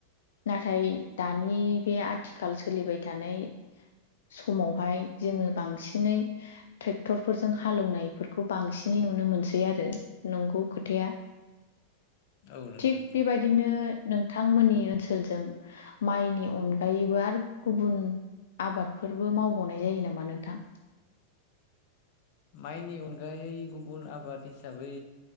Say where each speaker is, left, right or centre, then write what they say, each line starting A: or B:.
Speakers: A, on the left (about 80°); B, on the left (about 55°).
A: नाथाय दानि बे आथिखाल सोलिबाय थानाय समावहाय जोङो बांसिनै ट्रेक्टरफोरजों हाले एवनायफोरखौ बांसिनै नुनो मोनसै आरो नंगौ खोथाया
B: औ नोंथां
A: थिग बेबाय नो नोंथांमोननि ओनसोलजों माइनि अनगायैबो आरो गुबुन आबादफोरबो मावबावनाय जायो नामा नोंथां
B: माइनि अनगायै गुबुन आबाद हिसाबै